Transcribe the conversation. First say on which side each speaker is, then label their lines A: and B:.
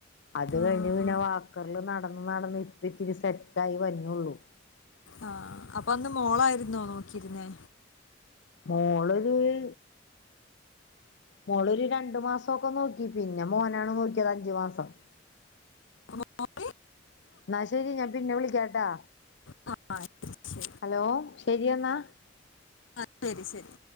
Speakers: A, on the left; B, on the left.
A: അത്
B: ആ,
A: കഴിഞ്ഞ് പിന്നെ
B: ആ,
A: വാക്കറിൽ നടന്ന് നടന്ന് ഇപ്പൊത്തിരി സെറ്റായി വര്നുള്ളൂ
B: ആ അപ്പന്ന് മോളായിരുന്നോ നോക്കിയിരുന്നേ
A: മോള് <unintelligible> മോളൊരു രണ്ടു മാസംക്കെ നോക്കി പിന്നെ മോനാണ് നോക്കിയത് അഞ്ചു മാസം
B: മോ മോ ളി
A: ന്നാ ശരി ഞാൻ പിന്നെ വിളിക്കാട്ടാ
B: ആ ശരി
A: ഹലോ ശരിയെന്നാ
B: ആ ശരി ശരി